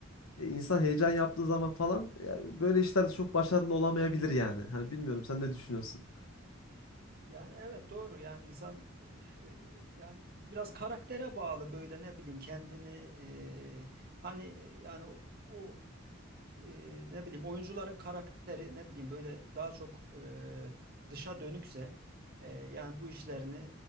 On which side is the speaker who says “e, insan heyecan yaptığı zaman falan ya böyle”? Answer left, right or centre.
Left